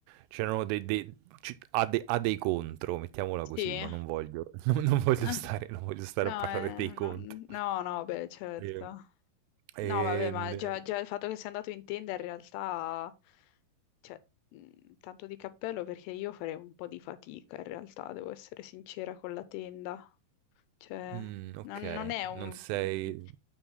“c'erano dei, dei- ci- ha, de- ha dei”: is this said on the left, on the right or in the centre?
Right